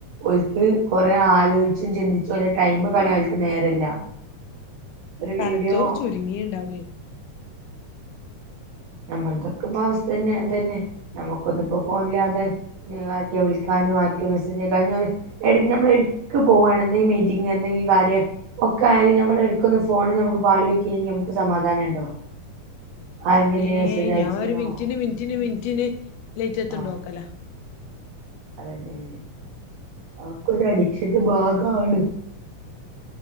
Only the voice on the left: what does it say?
തലച്ചോറ്
ചുരുങ്ങിണ്ടാവു ലേ
ഏഹ്
ഞാ
ഒര് മിൻറ്റിന് മിൻറ്റിന് മിൻ റ്റ്ന് ലെയ്റ്റത്തുണ്ടോക്കലാ.